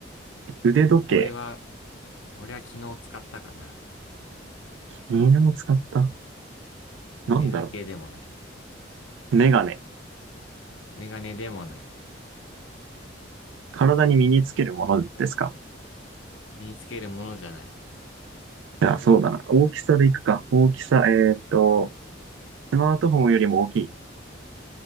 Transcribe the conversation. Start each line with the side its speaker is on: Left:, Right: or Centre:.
Right: 腕時計
Left: 俺は、俺は昨日使ったかな。
Right: 犬も使った
Left: 腕時計でもない。
Right: なんだろうメガネ。
Left: メガネでもない。
Right: 体に身につけるものですか
Left: 身につけるものじゃない。
Right: じゃあ、そうだな。大きさでいくか。大きさ、えーっと、スマートフォンよりも大きい。